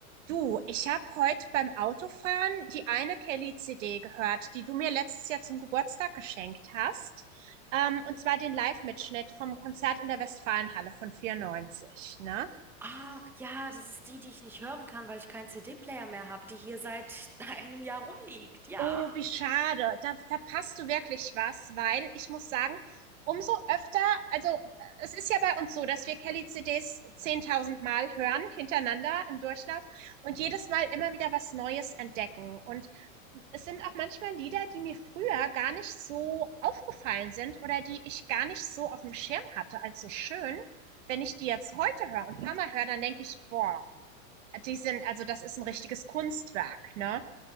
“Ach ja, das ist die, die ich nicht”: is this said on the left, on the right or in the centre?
Centre